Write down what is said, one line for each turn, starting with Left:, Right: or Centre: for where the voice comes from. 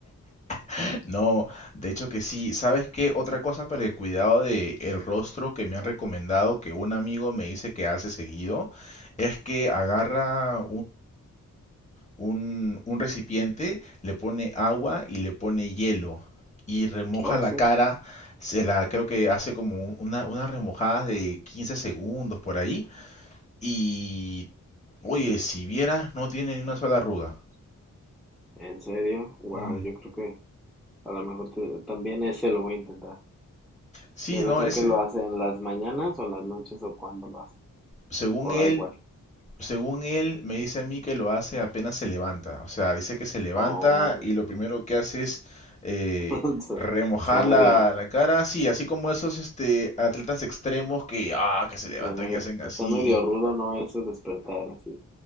Left: <laughs> No, de hecho que sí. ¿Sabes qué? Otra cosa para el cuidado de el rostro que me han recomendado, que un amigo me dice que hace seguido, es que agarra un, un recipiente, le pone agua y le pone hielo y remoja
Centre: No
Left: la
Centre: sé,
Left: cara, se la creo que hace como un- una, unas remojadas de 15 segundos por ahí y oye, si vieras no tiene ni una sola arruga.
Centre: en serio, wow,
Left: Mm.
Centre: yo creo que a lo mejor te- también ese lo voy a intentar.
Left: Sí,
Centre: Pero
Left: no,
Centre: eso
Left: Mm. ese
Centre: que lo hace en las mañanas o en las noches o cuándo lo hace,
Left: según
Centre: o
Left: él
Centre: da igual.
Left: Según él, me dice a mí que lo hace apenas se levanta. O sea, dice que se levanta
Centre: Oh,
Left: y lo primero que hace es eh,
Centre: <laughs>
Left: remojar
Centre: está medio,
Left: la, la cara. Sí, así como esos este, atletas extremos que, ah, que se levantan
Centre: está medio,
Left: y hacen así.
Centre: está medio rudo, ¿no? Ese despertar así.